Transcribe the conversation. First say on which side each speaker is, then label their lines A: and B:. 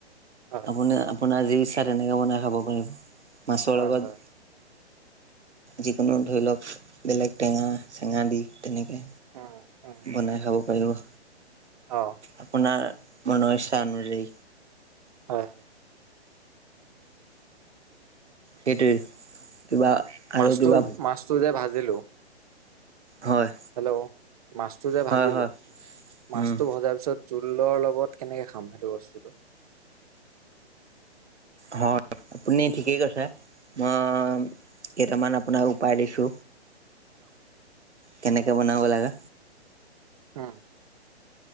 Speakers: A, on the right (about 35°); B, on the right (about 80°).
A: হয়
B: আপুনি আপোনাৰ যি ইচ্ছা তেনেকে বনাই খাব পাৰিব মাছৰ
A: হয়
B: লগত
A: হয়
B: যিকোনো ধৰি লওক বেলেগ টেঙা চেঙা দি তেনেকে
A: উম উম
B: বনাই খাব পাৰিব আৰু।
A: অ'।
B: আপোনাৰ মনৰ ইচ্ছা অনুযায়ী।
A: হয়।
B: সেইটোৱে। কিবা আৰু
A: মাছটো,
B: কিবা
A: মাছটো যে ভাজিলো
B: হয়।
A: হেল্ল' মাছটো যে
B: হয়
A: ভাজিলো
B: হয়
A: মাছটো
B: উম
A: ভজাৰ পিছত জোলৰ লগত কেনেকে খাম সেইটো বস্তুটো?
B: হয়, আপুনি ঠিকেই কৈছে, মই কেইটামান আপোনাক উপায় দিছো। কেনেকে বনাব লাগে।
A: উম।